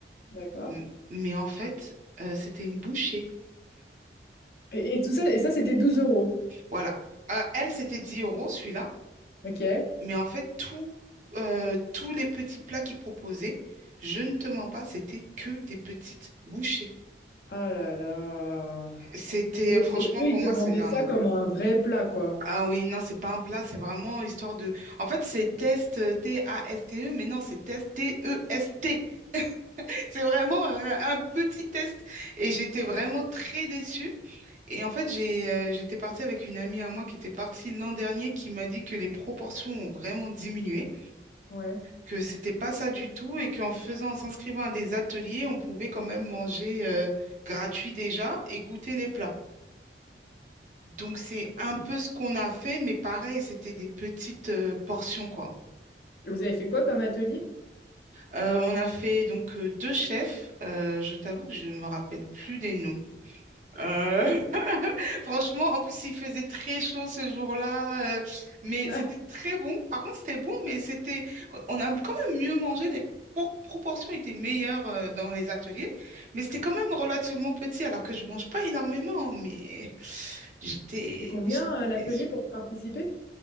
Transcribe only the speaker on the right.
M- Mais en fait, euh, c'était une bouchée.
Voilà. Euh, elle, c'était 10 euros, celui-là.
Mais en fait, tout, euh, tous les petits plats qu'ils proposaient, je ne te mens pas, c'était que des petites bouchées.
C'était,
franchement,
pour
moi,
c'est une arnaque.
Ah oui, non, c'est pas un plat, c'est vraiment histoire de. En fait, c'est test euh, T-A-S-T-E, mais non, c'est test T-E-S-T. <laughs> C'est vraiment euh, un petit test. Et j'étais vraiment très déçue. Et en fait, j'ai, euh, j'étais partie avec une amie à moi qui était partie l'an dernier qui m'a dit que les proportions ont vraiment diminué,
que c'était pas ça du tout et qu'en faisant, en s'inscrivant à des ateliers, on pouvait quand même manger euh, gratuit déjà et goûter les plats. Donc c'est un peu ce qu'on a fait, mais pareil, c'était des petites euh, portions quoi.
Euh, on a fait donc euh, deux chefs. Euh, je t'avoue que je me rappelle plus des noms. Euh, <laughs> Franchement, en plus, il faisait très chaud ce jour-là, euh, mais
c'était très bon. Par contre, c'était bon, mais c'était, on a quand même mieux mangé, les por- proportions étaient meilleures euh, dans les ateliers, mais c'était quand même relativement petit, alors que je mange pas énormément, mais <sighs> j'étais,
j'étais
déçue.